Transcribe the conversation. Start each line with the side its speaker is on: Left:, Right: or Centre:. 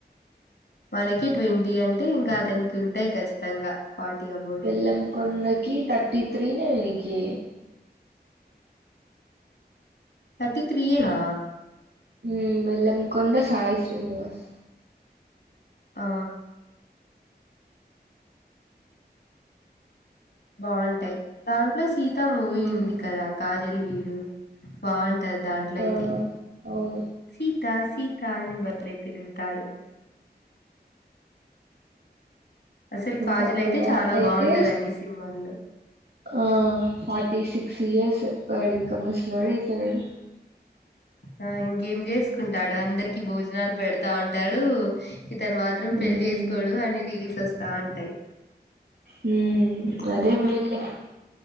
Left: మనకి ట్వంటీ అంటే ఇంకా అతనికి ఉంటాయి ఖచ్చితంగా ఫార్టీ అబోనే
Right: బెల్లం కొండకి థర్టీ త్రీనే వీళ్ళకి
Left: థర్టీ త్రీయేనా
Right: హ్మ్ బెల్లం కొండ సాయి శ్రీనివాస్
Left: ఆ బాగుంటాయి దాంట్లో సీతా మూవీ
Right: ఉమ్
Left: ఉంది కదా కాజల్ వీడు బాగుంటాది దాంట్లో
Right: ఆ
Left: అయితే
Right: అవును
Left: సీ త సీత అని వదిలి తిరుగుతాడు అసలు
Right: ఇంకా
Left: కాజల్
Right: ప్రభాస్
Left: అయితే చాలా
Right: కైతే
Left: బాగుంటదండి సినిమాల్లో
Right: ఆ ఫార్టీ సిక్స్ ఇయర్స్ వాడు ఇంకా ముసలోడు అయితానాడు
Left: ఆ ఇంకేం చేసుకుంటాడు అందరికి భోజనాలు పెడతా ఉంటాడు ఇతను మాత్రం
Right: ఉమ్
Left: పెళ్లి చేసుకోడు అని రీల్స్ వస్తా ఉంటాయి
Right: హమ్ అదేం లేదులే